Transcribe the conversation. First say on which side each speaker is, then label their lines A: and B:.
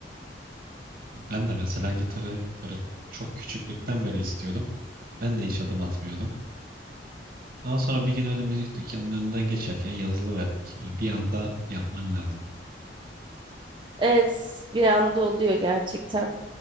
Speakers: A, on the right (about 55°); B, on the right (about 30°).
A: Ben de mesela gitarı böyle çok küçüklükten beri istiyordum. Ben de hiç adım atmıyordum. Ama sonra bir gün öyle müzik dükkanının önünden geçerken yazılı verdik. Böyle bir anda yapman lazım.
B: Evet bir anda oluyor gerçekten.